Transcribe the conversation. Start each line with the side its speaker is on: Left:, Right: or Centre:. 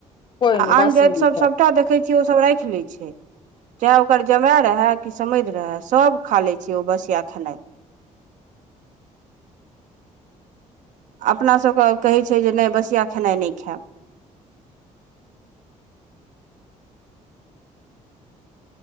Left: कोइ नहि
Right: आ आन
Left: बासी
Right: जातिसभ
Left: नहि खाय
Right: सभटा देखैत छै। ओ सभ राखि लै छै, चाहे ओकर जमाए रहै कि समधि रहै सभ खा लैछै ओ बसिया खेनाइ अपना सभ के कहै छै जे नहि बसिया खेनाइ नहि खायब।